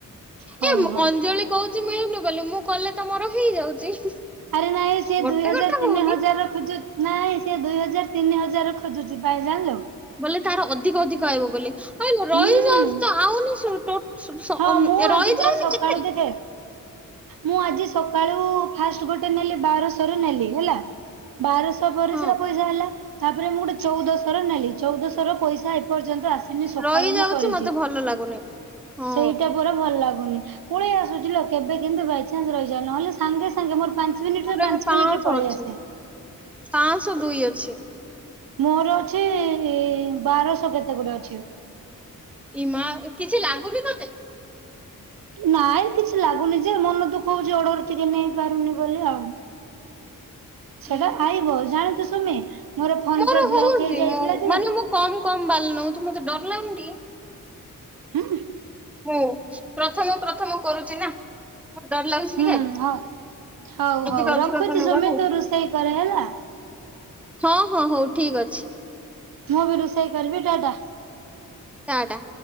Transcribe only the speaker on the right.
ହଉ
ହଉ।
ଆରେ ନାଇଁ ସିଏ
ଦୁଇ ହଜାର
ତିନି
ହଜାର ର ଖୋଜୁ ନାଇଁ ସିଏ ଦୁଇ ହଜାର ତିନି ହଜାର ଖୋଜୁଛି ପାଇଲାଣି ଲୋ।
ହୁଁ।
ହଁ ମୁଁ
ଆଜି
ପୁରା ସକାଳୁ
ଦେଖେ ମୁଁ ଆଜି ସକାଳୁ ଫାଷ୍ଟ ଗୋଟେ ନେଲି ବାରଶହ ରେ ନେଲି ହେଲା ବାରଶହ ପରେ
ସେଇଟା ପଇସା ହେଲା ତାପରେ ମୁଁ ଗୋଟେ ଚଉଦଶ ର ନେଲି ଚଉଦଶହ ର ପଇସା ଏ ପର୍ଯ୍ୟନ୍ତ ଆସିନି ସ ସକାଳୁ
ମୁଁ କରିଛିି
ସେଇଟା ପରା ଭଲ ଲାଗୁ ଗୁନି ପଳେଇ ଆସୁଚି ଲୋ କେବେ କେମିତି ବାଇଚନ୍ସ ରହିଯାଏ ନହଲେ ସାଙ୍ଗେ ସାଙ୍ଗେ ମୋର ପାଞ୍ଚ ମିନିଟରେ
ପାଞ୍ଚ
ମିନିଟରେ ପଳେଇ
ଆସେ
ମୋର ଅଛି। ଇ ବାରଶହ କେତେ ଗୁଡେ ଅଛି।
ନାଇଁ କିଛି ଲାଗୁନି ଯେ ମନ ଦୁଃଖ ହଉଛି ଅର୍ଡର ଟିକେ ନେଇ ପାରୁନି ବୋଲି ଆଉ।
ସେଟା ଆଇବ ଜାଣିଛୁ। ସୁମି। ଫୋନ
ପେ
ବ୍ଲକ ହେଇଯାଇଥିଲା
ଯେ
ହୁଁ।
ହୁଁ
ହଉ ହଉ
ହଉ
ରଖୁଛି
ତମେ ତୁ ରୋଷେଇ କରେ ହେଲା।
ମୁଁ ବି ରୋଷେଇ। କରିବି ଟା ଟା।